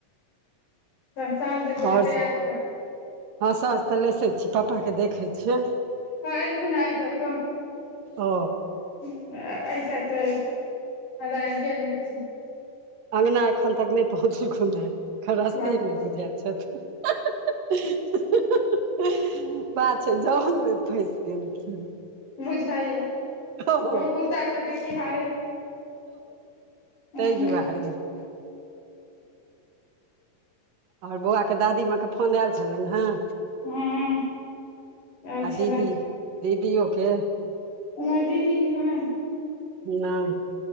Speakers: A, on the left (about 60°); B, on the right (about 75°).
A: तहन साँझ लेसै
B: आओर
A: के तैयारी कर
B: हँ सांझ तऽ लेसै छी पप्पाके देखैत छियै
A: हँ एलखुन ए अहिदऽ कऽ
B: ओ
A: हूम्म एहिसाइड सँ एना कऽ गेल हेथिन
B: अंगना एखन तक नै पहुँचलखून हय अखन रास्ते
A: बाबा
B: मे बुझाय छथुन बात छै जाममे फँसि गेलखिन
A: बुझाइए
B: हँ
A: ओ कुत्ता सबके खिहारैत हूँ
B: ताहि दुआरे हरी हँ <unintelligible> आओर बौआ के दादीमाँ कत फोन आयल छलनि हें
A: ह आयल
B: आ
A: छलनि
B: दीदी दीदीयोके
A: हमर दीदी के कहाँ
B: नहि